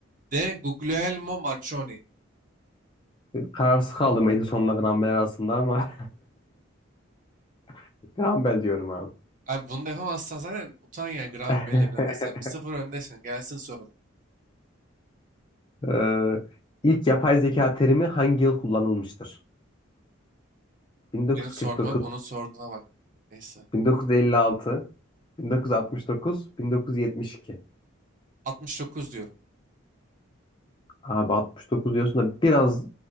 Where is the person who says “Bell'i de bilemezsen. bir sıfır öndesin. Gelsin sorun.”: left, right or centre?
Right